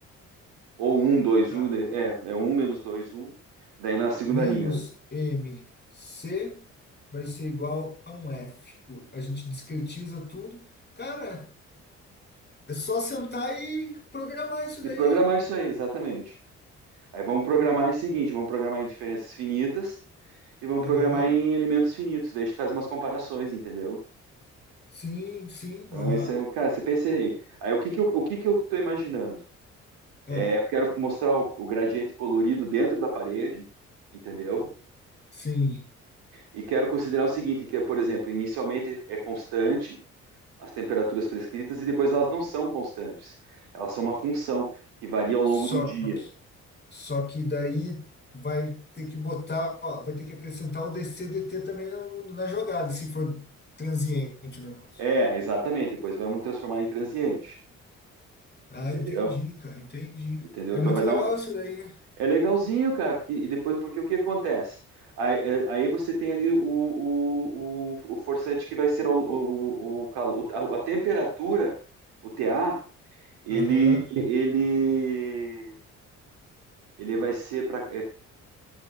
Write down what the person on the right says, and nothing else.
ou um dois
um é, é um menos dois um daí na segunda
linha.
E
programar
isso aí, exatamente. Aí vamos programar
o seguinte, vamos programar em diferenças finitas e vamos
programar em elementos finitos, daí a gente faz umas comparações, entendeu?
Então,
esse é o, cara, você pensa aí, aí o que que eu, o que que eu estou imaginando?
É, eu quero mostrar o, o gradiente colorido dentro da parede, entendeu?
E quero considerar o seguinte, que é, por exemplo, inicialmente é constante, as temperaturas prescritas e depois elas não são constantes. Elas são uma função que varia ao
longo do dia.
É, exatamente. Depois vamos transformar em transiente,
entendeu?
Entendeu?
Então
vai dar
um...
É legalzinho, cara, porque e depois porque o que acontece? Aí, é- aí você tem ali o, o, o, o forçante que vai ser o, o, o calor, a, a temperatura, o TA, ele
ele ele vai ser para